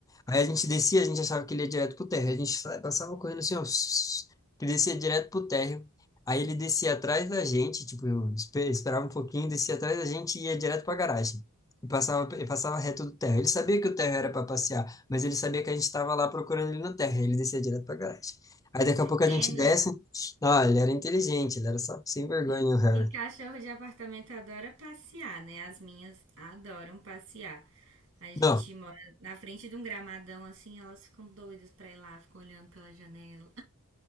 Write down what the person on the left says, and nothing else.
Aí a gente descia, a gente achava que ele ia direto pro térreo. A gente sa- passava correndo assim, ó, <tsk> que descia direto pro térreo. Aí ele descia atrás da gente, tipo, eu espe- esperava um pouquinho, descia atrás da gente e ia direto pra garagem. E passava, pe- e passava reto do térreo. Ele sabia que o térreo era para passear, mas ele sabia que a gente estava lá procurando ele no térreo. Ele descia direto pra garagem. Aí daqui a pouco
a gente
desce. Ah, ele era inteligente, ele era só sem vergonha, o Harry.
Não,